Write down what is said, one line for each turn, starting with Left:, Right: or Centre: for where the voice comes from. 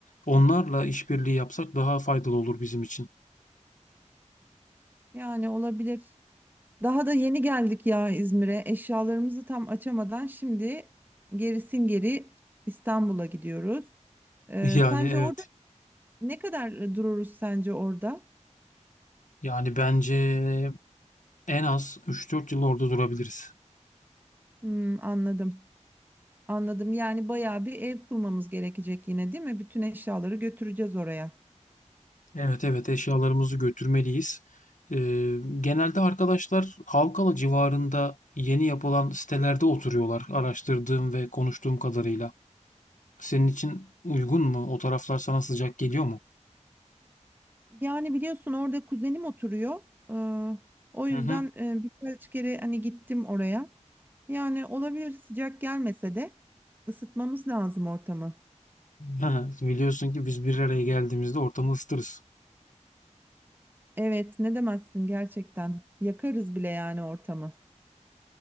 Left: Onlarla işbirliği yapsak daha faydalı olur bizim için.
Right: Yani olabilir. Daha da yeni geldik ya İzmir'e. Eşyalarımızı tam açamadan şimdi gerisin geri İstanbul'a gidiyoruz. Eee,
Left: Yani
Right: sence
Left: evet.
Right: orada ne kadar dururuz sence orada?
Left: Yani bence en az üç dört yıl orada durabiliriz.
Right: Hmm, anladım. Anladım. Yani bayağı bir ev kurmamız gerekecek yine, değil mi? Bütün eşyaları götüreceğiz oraya.
Left: Evet evet eşyalarımızı götürmeliyiz. Ee, genelde arkadaşlar Halkalı civarında yeni yapılan sitelerde oturuyorlar araştırdığım ve konuştuğum kadarıyla. Senin için uygun mu? O taraflar sana sıcak geliyor mu?
Right: Yani biliyorsun orada kuzenim oturuyor. Ee, o
Left: Hı
Right: yüzden
Left: hı.
Right: e, birkaç kere hani gittim oraya. Yani olabilir sıcak gelmese de ısıtmamız lazım ortamı.
Left: Hı hı. Biliyorsun ki biz bir araya geldiğimizde ortamı ısıtırız.
Right: Evet, ne demezsin gerçekten. Yakarız bile yani ortamı.